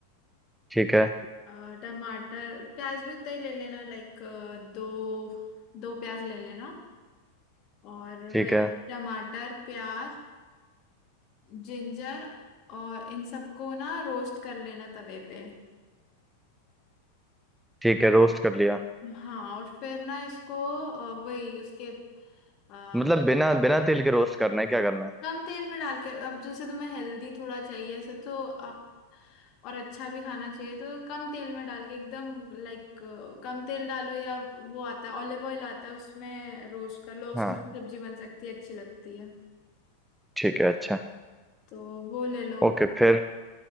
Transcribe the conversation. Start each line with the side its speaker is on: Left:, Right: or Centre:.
Centre: ठीक है
Left: अ, टमाटर प्याज भी उतना ही ले लेना लाइक दो दो प्याज ले लेना और
Centre: ठीक
Left: वही
Centre: है
Left: टमाटर प्याज जिंजर और इन सबको ना रोस्ट कर लेना तवे पे
Centre: ठीक है रोस्ट कर लिया
Left: हाँ और फिर ना इसको अ, वही उसके अ,
Centre: मतलब बिना बिना तेल के रोस्ट करना है क्या करना है
Left: कम तेल में डाल के अब जैसे तुम्हें हेल्दी थोड़ा चाहिए ऐसे तो आप और अच्छा भी खाना चाहिए तो कम तेल में डाल के एकदम लाइक कम तेल डालो या वो आता है ऑलिव ऑयल आता है उसमें रोस्ट कर लो उसमें
Centre: हाँ
Left: भी सब्जी बन सकती है अच्छी लगती है
Centre: ठीक है अच्छा
Left: तो वो ले लो
Centre: ओके फिर